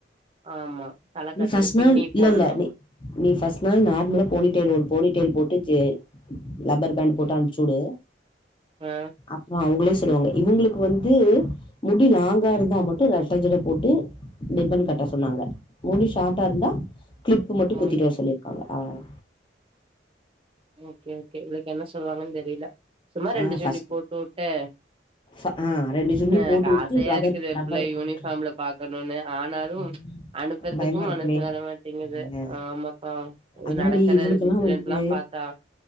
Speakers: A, on the right; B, on the left.
A: ஆமா தல
B: நீ
A: கட்டுறது
B: ஃபஸ்
A: பின்னி
B: நாள் இல்ல
A: போடணும்
B: இல்ல நீ நீ பஸ்ட் நாள் நார்மலா போனி டைல் ஒரு ஒரு போனி டைல் போட்டு ஜெ லப்பரு பேண்டு போட்டு
A: ம்
B: அனுப்ச் சுடு
A: ஆ
B: அப்புற அவுங்களே சொல்லுவாங்க இவங்களுக்கு வந்து முடி லாங் கா இருந்தா மட்டு ரெட்ட ஜட போட்டு ரிப்பனு கட்ட சொன்னாங்க முடி ஷாட்டா இருந்தா க்ளிப் மட்டு
A: ம்
B: குத்திட்டு வர சொல்லிருக்காங்க அவளதா
A: ஓகே ஓகே இவளுக்கு என்ன சொல்லுவாங்கன் தெரில சும்மா ரெண்டு
B: ஆ
A: ஜுண்டி
B: ஃபர்ஸ்ட்
A: போட்டு வுட்டு
B: ஃப ஆ ரெண்டு சுண்டி
A: அ எனக்
B: போட்டு வுட்டு
A: ஆசையா
B: ரப்பர்
A: இருக்குது எ
B: ரப்பர்
A: பிள்ளையா
B: போட்டு
A: யூனிபாம்ல
B: வுட்ரு
A: பாக்கணுனு ஆனாலும்
B: ம்
A: அனுப்புறதுக்கும்
B: பயமா இருக்குமே
A: மனசு வரமாட்டிங்கிது
B: ஆ
A: ஆமாக்கா
B: அதாண்டி
A: நடக்கற
B: இவளுக்கெல்லா
A: இன்சிடெண்ட்லா
B: வந்து
A: பா தா